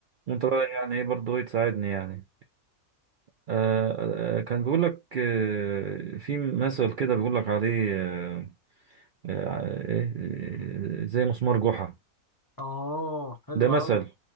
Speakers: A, on the right; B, on the left.
A: وانت بقى يعني ايه برضه ايه تساعدني يعني آه آه، كان بيقول لك آه في مثل كده بيقول لك عليه آه آه آه، إيه، آه، زي مسمار جحا
B: آه حلو
A: ده مثل
B: قوي